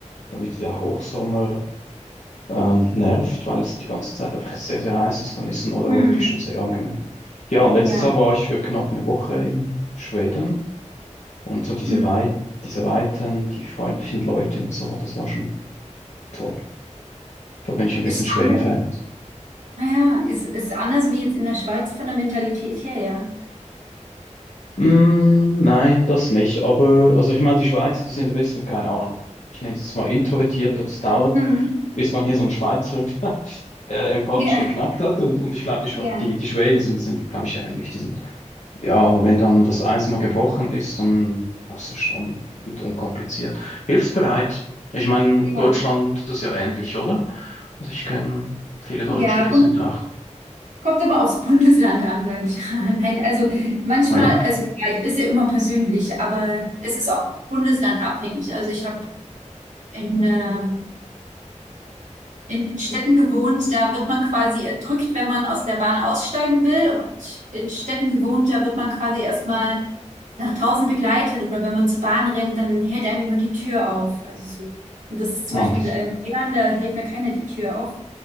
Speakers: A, on the left; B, on the right.
A: dann wird es ja Hochsommer ähm, nervt, weil es die ganze Zeit einfach sehr, sehr heiß ist, dann ist ein Oder
B: Hm.
A: optisch schon sehr angenehm. Ja, und letztes
B: Ja.
A: Jahr war ich für knapp eine Woche in Schweden und so diese
B: Hm.
A: Weit, diese Weiten, die freundlichen Leute und so, das war schon toll. Da bin ich ein
B: Ist
A: bisschen Schweden-Fan.
B: anders, naja, ist, ist anders wie jetzt in der Schweiz von der Mentalität her, ja.
A: Mm, nein, das nicht. Aber, also ich meine, die Schweizer, die sind ein bisschen, keine Ahnung, ich nenne es jetzt mal introvertiert, das dauert,
B: Hm.
A: bis man hier so einen Schweizer äh, empathisch
B: Ja,
A: geknackt hat. Und, und ich glaube, die, Schwe-
B: ja,
A: die, die Schweden sind, sind glaube ich, ähnlich. Die sind Ja, aber wenn dann das Eis mal gebrochen ist, dann hast du schon und unkompliziert. Hilfsbereit. Ich meine,
B: ja.
A: Deutschland, das ist ja ähnlich, oder? Also ich kenne viele Deutsche,
B: Ja,
A: die
B: kommt,
A: sind auch.
B: kommt aber aufs <laughs> Bundesland an, sage ich. <laughs> Nein, also manchmal,
A: Ah ja.
B: also klar, ist ja immer persönlich, aber es ist auch bundeslandabhängig. Also ich habe in, äh, in den Städten gewohnt, da wird man quasi erdrückt, wenn man aus der Bahn aussteigen will. Und in Städten gewohnt, da wird man quasi erstmal nach draußen begleitet. Oder wenn man zur Bahn rennt, dann hält einem jemand die Tür auf. Also so. Und das ist zum
A: Ah,
B: Beispiel
A: das.
B: in Bayern, da hält mir keiner die Tür auf.